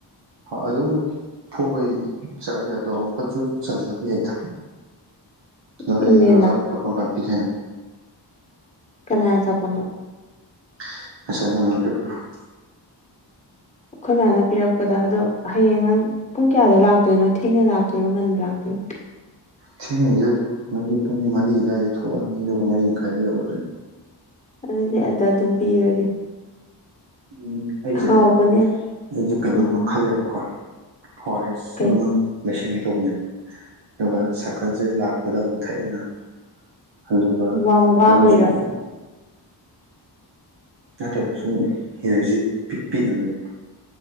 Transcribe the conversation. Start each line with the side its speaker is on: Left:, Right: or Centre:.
Right: ꯑꯗꯨꯝ ꯐꯨꯕ ꯆꯠꯔꯛꯂꯦ ꯑꯗꯣ ꯑꯃꯨꯛꯀꯁꯨ ꯆꯜꯁꯤꯜꯂꯛꯄ ꯌꯥꯏꯗ
Left: <inaudible> <inaudible>
Right: ꯑꯗꯣ ꯍꯌꯦꯡ
Left: ꯏꯪꯂꯦꯟꯅ
Right: ꯑꯆꯥꯄꯣꯠꯇꯣ ꯀꯔꯝ ꯀꯥꯟ ꯄꯤꯖꯅꯤ
Left: ꯀꯅꯥꯏ ꯑꯆꯥꯄꯣꯠꯅꯣ
Right: <unintelligible> <inaudible>
Left: ꯑꯩꯈꯣꯏ ꯃꯥꯅ ꯄꯤꯔꯛꯄꯗ ꯑꯗꯣ ꯍꯌꯦꯡ ꯅꯪ ꯄꯨꯡ ꯀꯌꯥꯗꯣ ꯂꯥꯛꯇꯣꯏꯅꯣ ꯊꯦꯡꯅ ꯂꯥꯛꯇꯣꯏꯔꯣ ꯉꯟꯅ ꯂꯥꯛꯇꯣꯏꯔꯣ
Right: ꯊꯦꯡꯅꯤꯗ ꯑꯗꯨꯝ ꯃꯔꯤ ꯄꯨꯡ ꯃꯔꯤ ꯑꯗꯨꯋꯥꯏꯗ ꯊꯣꯛꯂꯛꯑꯅꯤ ꯑꯗꯨꯒ ꯃꯔꯤ ꯃꯈꯥꯏꯗ ꯌꯧꯔꯛꯑꯅꯤ
Left: ꯑꯗꯨꯗꯤ ꯑꯗ ꯑꯗꯨꯝ ꯄꯤꯔꯒꯦ
Right: ꯎꯝ ꯑꯩꯁꯦ
Left: ꯍꯥꯎꯕꯅꯦ
Right: ꯑꯩꯁꯦ ꯀꯩꯅꯣꯝꯃ
Left: ꯎꯝ
Right: ꯈꯜꯂꯦꯕꯀꯣ ꯐꯣꯔꯦꯁ
Left: ꯀꯩ
Right: ꯑꯃ ꯅꯩꯁꯤꯟꯒꯦ ꯇꯧꯕꯅꯦꯕ ꯑꯗꯨꯒ ꯁꯥꯏꯀꯜꯁꯦ ꯂꯥꯛꯄꯗ ꯑꯃꯨꯛ ꯊꯛꯑꯦꯅ ꯑꯗꯨꯒ
Left: ꯋꯥꯝ ꯋꯥꯕꯩꯔꯣ
Right: ꯅꯪꯁꯨ ꯉꯛꯏꯕ ꯅꯠꯇ꯭ꯔ ꯁꯨꯝ ꯏꯅꯔꯖꯤ ꯄꯤꯅꯕꯅꯦꯕ